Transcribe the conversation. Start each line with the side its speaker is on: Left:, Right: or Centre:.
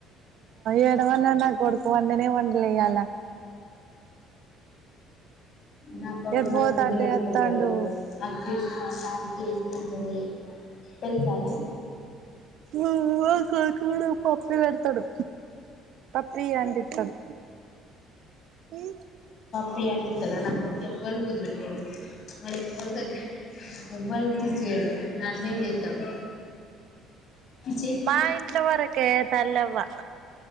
Right: ఏడ వన్నా నా కొడుకు వంటనే వండలేయ్యాలా.
Left: నాకు కొడుకు
Right: ఎటు
Left: నన్ను
Right: పోతే
Left: ముద్దు
Right: అటే
Left: పెట్టుకుంటాడు
Right: వత్తాండు
Left: అ చూసుంట చేస్తుంటడు తెలుసానే
Right: ఉ ఉ కా కాడ పప్పే పెడతాడు. అ ప్రియా అంటత్రదు ఉ
Left: పియా అంటిత్తడ నా కొడుకు కెవల్ను ముద్బట్టుక అడు ఎవ్వలి దగ్గర ఎవ్వలికి చేయడు. నన్నేం చేత్తడు విచ్చే
Right: మా ఇంట్లో వరకే తల్లవ్వ